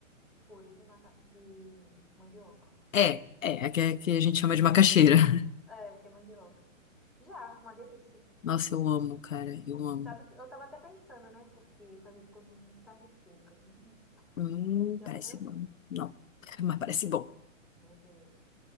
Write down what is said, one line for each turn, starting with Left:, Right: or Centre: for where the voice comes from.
Centre: Purê de, maca... de mandioca.
Left: É, é, a que, é que a gente chama de macaxeira. <laughs>
Centre: É, que é mandioca. Já, uma delícia.
Left: Nossa, eu amo, cara, eu amo.
Centre: Sabe que eu tava até pensando, né? Porque fazer escondidinho de carne seca. Hum.
Left: Hum,
Centre: Já
Left: parece
Centre: comeu?
Left: bom. Não, <laughs> mas
Centre: Nossa,
Left: parece bom.
Centre: é uma delícia. Meu Deus.